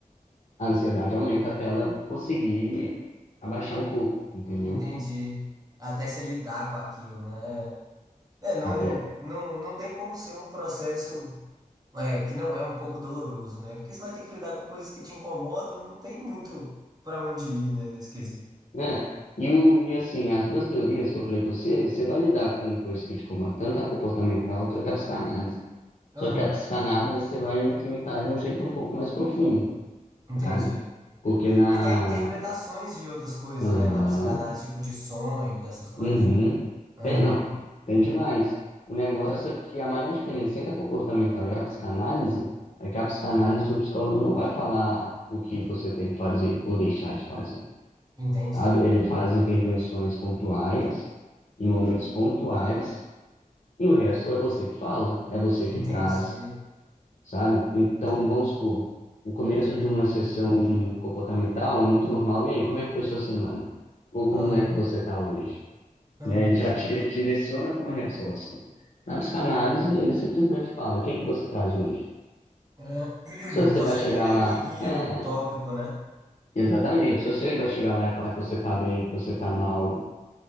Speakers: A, on the left (about 55°); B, on the right (about 25°).
A: a ansiedade aumenta até ela conseguir abaixar um pouco, entendeu?
B: Entendi. Até se lidar com aquilo, né? É, é, não,
A: Até,
B: não, não tem como ser um processo é, que não é um pouco doloroso, né? Porque você vai ter que lidar com coisas que te incomodam, não tem muito pra onde ir, né, nesse quesito.
A: né? E, o- e assim, as duas teorias que eu falei com você, você vai lidar com coisas que te comandam, tanto a comportamental quanto a psicanálise.
B: Aham.
A: Só que a psicanálise você vai enfrentar de um jeito um pouco mais profundo,
B: Entendi.
A: sabe? Porque na.
B: E tem interpretações de outras coisas,
A: Aham.
B: né? Na psicanálise, tipo de sonho, dessas coisas.
A: Uhum.
B: Aham.
A: Tem- não, tem demais. O negócio é que a maior diferença entre a comportamental e a psicanálise é que a psicanálise, o psicólogo não vai falar o que você tem que fazer ou deixar de fazer,
B: Entendi.
A: sabe? Ele faz intervenções pontuais, em momentos pontuais, e o resto é você que fala, é você que
B: Entendi.
A: traz, sabe? Então, vamos supor, o começo de uma sessão comportamental é muito normal. E aí, como é que foi sua semana? Ou como
B: Aham.
A: é que você está hoje?
B: aham,
A: né? Ele já te te direciona para uma resposta. Na psicanálise, ele simplesmente fala: o que que você traz hoje?
B: aham. <clears throat>
A: Se você
B: Você
A: vai chegar
B: que meio
A: lá,
B: que guia
A: é,
B: o tópico, né?
A: exatamente. Se você vai chegar lá e falar que você está bem, que você está mal,